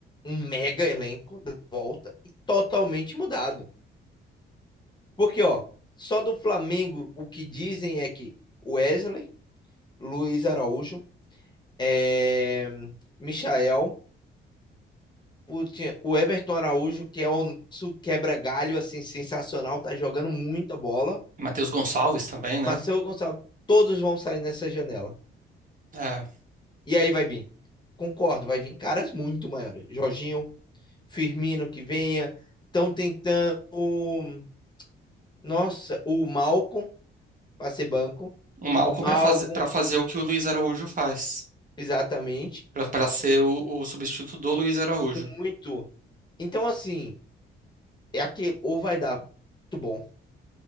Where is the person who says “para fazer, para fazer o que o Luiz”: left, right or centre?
Right